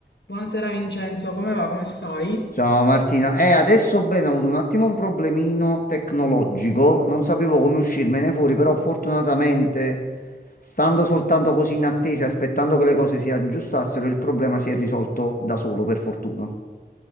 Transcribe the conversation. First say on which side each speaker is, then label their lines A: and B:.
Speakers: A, on the left; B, on the left.
A: Buonasera Vincenzo, come va? Come stai?
B: Ciao Martina, eh, adesso bene, ho avuto un attimo un problemino tecnologico, non sapevo come uscirmene fuori,
A: Mm.
B: però fortunatamente, stando soltanto così in attesa, aspettando che le cose si aggiustassero, il problema si è risolto da solo, per fortuna.